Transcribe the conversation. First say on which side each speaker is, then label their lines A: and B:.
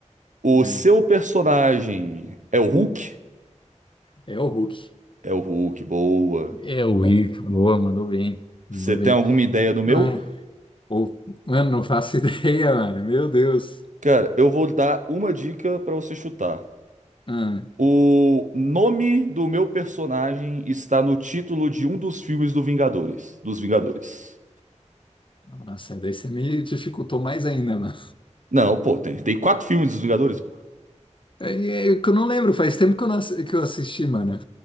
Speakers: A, on the right; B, on the left.
A: O
B: Bem,
A: seu personagem é o Hulk?
B: é o Hulk.
A: É o Hulk, boa.
B: É o É, Hulk. Boa, mandou bem.
A: Você
B: Mandou
A: tem
B: bem.
A: alguma ideia do meu?
B: Ah, ou- mano, não faço <laughs> ideia, mano. Meu Deus.
A: Cara, eu vou dar uma dica pra você chutar.
B: Ah,
A: O nome do meu personagem está no título de um dos filmes do Vingadores. Dos Vingadores.
B: nossa, daí você me dificultou mais ainda, mano.
A: Não, pô, tem, tem quatro filmes dos Vingadores, pô.
B: É, é é que eu não lembro, faz tempo que eu, não, assi- que eu assisti, mano.